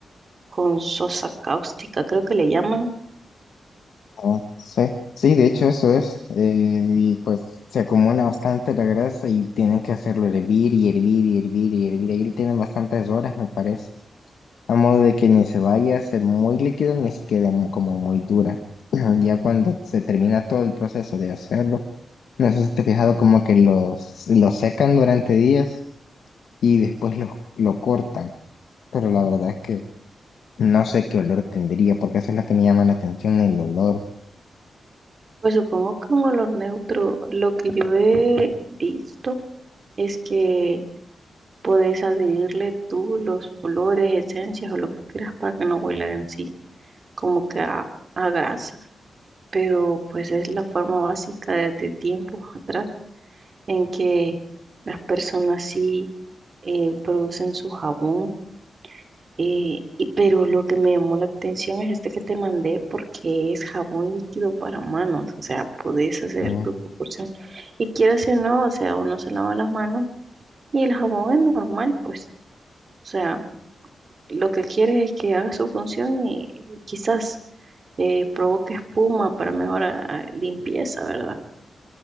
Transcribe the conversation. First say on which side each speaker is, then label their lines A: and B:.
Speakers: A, on the right (about 50°); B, on the left (about 85°).
A: con sosa cáustica, creo que le llaman.
B: Ah, sí, sí, de hecho eso es, eh, y pues se acumula bastante la grasa y tienen que hacerlo hervir y hervir y hervir y hervir, ahí lo tienen bastantes horas me parece, a modo de que ni se vaya a ser muy líquida ni se quede mu- como muy dura, <clears throat> ya cuando se termina todo el proceso de hacerlo, no sé si te has fijado como que los, los secan durante días y después los lo cortan, pero la verdad es que no sé qué olor tendría, porque eso es lo que me llama la atención, el olor.
A: Pues supongo que un olor neutro, lo que yo he visto es que podés adherirle tú los olores, esencias o lo que quieras para que no huela en sí, como que a, a grasa. Pero pues es la forma básica desde tiempos atrás en que las personas sí eh, producen su jabón Eh, y- pero lo que me llamó la atención es este que te mandé porque es jabón líquido para manos, o sea, podés hacer
B: ¿no?
A: tu proporción. Y quieras o no, o sea, uno se lava las manos y el jabón es normal, pues. O sea, lo que quieres es que haga su función y y quizás eh, provoque espuma para mejorar ah, limpieza, ¿verdad?